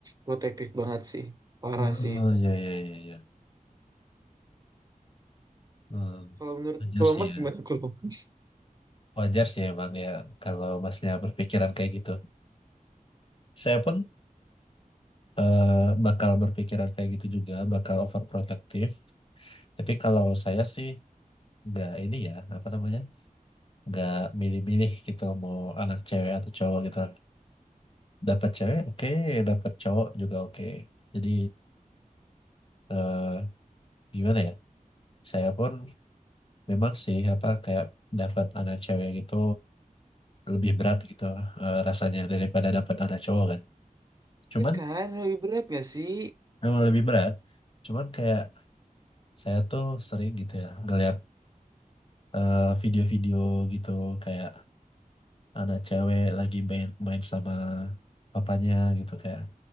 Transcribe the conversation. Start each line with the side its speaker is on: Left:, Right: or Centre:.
Right: protektif banget sih parah
Left: Oh,
Right: sih
Left: ya, ya, ya, ya. Hmm.
Right: Kalau menurut
Left: Wajar
Right: kalau
Left: sih
Right: Mas
Left: ya.
Right: gimana <laughs> kalau Mas?
Left: Wajar sih emang ya kalau masnya berpikiran kayak gitu. Saya pun eh, bakal berpikiran kayak gitu juga, bakal overprotective. Tapi kalau saya sih nggak ini ya, apa namanya, nggak milih-milih gitu mau anak cewek atau cowok gitu. Dapat cewek oke, dapat cowok juga oke. Jadi eh, gimana ya saya pun memang sih apa kayak dapat anak cewek gitu lebih berat gitu eh, rasanya daripada dapat anak cowok kan cuman
Right: Ya kan, lebih berat gak sih?
Left: memang lebih berat cuman kayak saya tuh sering gitu ya ngeliat eh, video-video gitu kayak anak cewek lagi main main sama papanya gitu kayak